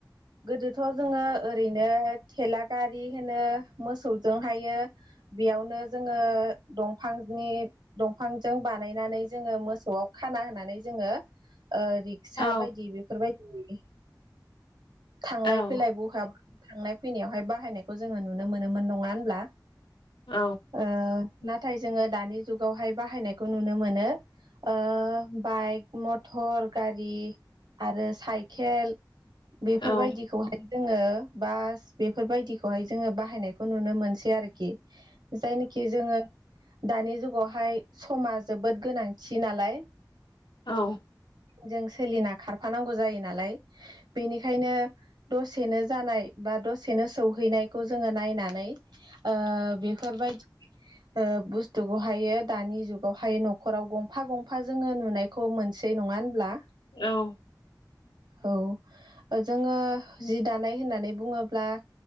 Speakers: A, on the right (about 70°); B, on the left (about 80°).
A: गोदोथ' जोङो ओरैनो थेला गारि होनो मोसौजोंहाय बेयावनो जोङो दंफांनि दंफांजों बानायनानै जोङो मोसौआव खाना होनानै जोङो रिक्सा
B: औ
A: बायदि बेफोरबायदि थांलाय
B: औ
A: फैलाय बहा थांनाय फैनायावहाय बाहायनायखौ जोङो नुनो मोनोमोन नङा होनब्ला?
B: औ
A: ओ नाथाय जोङो दानि जुगावहाय बाहायनायखौ नुनो मोनो आ बाइक मथर गारि आरो साइकेल बेफोरबायदिखौहाय
B: औ
A: जोङो बास बेफोरबायदिखौहाय जोङो बाहायनायखौ नुनो मोनसै आरोखि जायनोखि जोङो दानि जुगावहाय समा जोबोद गोनांथि नालाय
B: औ
A: जों सोलिना खार थफानांगौ जायो नालाय बेनिखायनो दसेनो जानाय बा दसेनो सौहैनाय जोंङो नायनानै ओ बेफोरबायदि ओ बुस्थुखौहायो दानि जुगावहाय न'खराव गंफा गंफा जोङो नुनायखौ मोनसेै नङा होनब्ला?
B: औ
A: औ जोङो जि दानाय होननानै बुङोब्ला